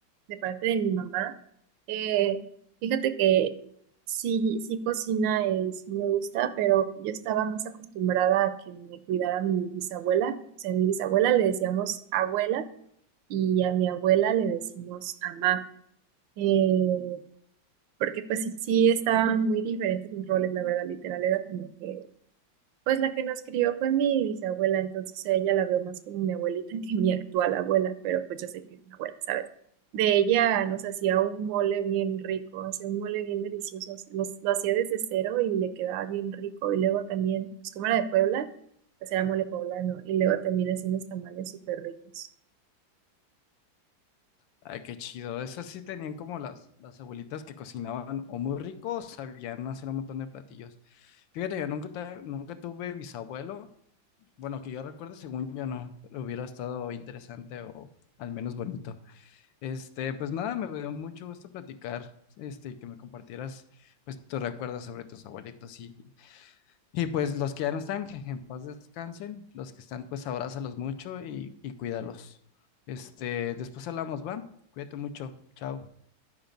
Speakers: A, on the right; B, on the left.
A: de parte de mi mamá, eh, fíjate que sí, sí cocina y sí me gusta, pero yo estaba más acostumbrada a que me cuidara mi bisabuela. O sea, a mi bisabuela le decíamos abuela y a mi abuela le decimos amá. Eh, porque pues sí, sí estaban muy diferentes mis roles, la verdad, literal, era como que pues la que nos crió fue mi bisabuela, entonces a ella la veo más como mi abuelita que mi actual abuela, pero pues yo sé que es mi abuela, ¿sabes? De ella nos hacía un mole bien rico, hacía un mole bien delicioso, los- lo hacía desde cero y le quedaba bien rico. Y luego también, pues como era de Puebla, pues era mole poblano, y luego también hacía unos tamales súper ricos.
B: Ay, qué chido. Esas sí tenían como las, las abuelitas que cocinaban o muy rico o sabían hacer un montón de platillos. Fíjate, yo nunca, te- nunca tuve bisabuelo. Bueno, que yo recuerdo, según yo no, pero hubiera estado interesante o al menos bonito. Este, pues nada, me dio mucho gusto platicar, este, y que me compartieras pues tus recuerdos sobre tus abuelitos y Y pues los que ya no están, que en paz descansen. Los que están, pues abrázalos mucho y, y cuídalos. Este, después hablamos, ¿va? Cuídate mucho. Chao.